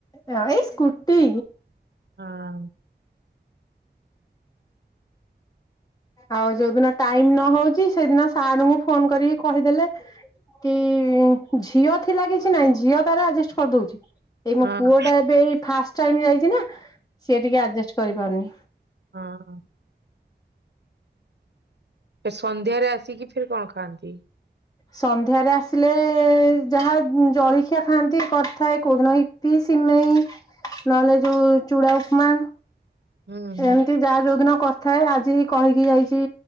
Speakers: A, on the left; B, on the right.
A: ହଁ ଏଇ ସ୍କୁଟି।
B: ହଁ।
A: ଆଉ ଯୋଉଦିନ ଟାଇମନ ହଉଚି ସେଦିନ ସାରଙ୍କୁ ଫୋନ୍ କରିକି କହିଦେଲେ କି ଝିଅ ଥିଲା କିଛି ନାଇଁ ଝିଅ ତାରା ଅଜେଷ୍ ଛଦଉଚି ଏଇ ମୋ
B: ହଁ
A: ପୁଅଟା ଏବେଏଇ ଫାଷ୍ଟ ଟାଇମ୍ ଯାଇଚିନା ସିଏ ଟିକେ ଆଡ଼ଜେଷ୍ଟ କରିପାରୁନି।
B: ହଁ ହଁ। ଫେର୍ ସନ୍ଧ୍ୟାରେ ଆସିକି ଫେର୍ କଣ ଖାଆନ୍ତି?
A: ସନ୍ଧ୍ୟାରେ ଆସିଲେ ଯାହା ଜଳଖିଆ ଖାଆନ୍ତି କରିଥାଏ କୋଉଦିନ ଇ ଇପି ସିମେଇ ନହେଲେ ଯୋଉ ଚୁଡ଼ା ଉପମା।
B: ହୁଁ ହୁଁ।
A: ଏମିତି ଯାହା ଯୋଉଦିନ କରିଥାଏ ଆଜି ହେ କହିକି ଯାଇଚି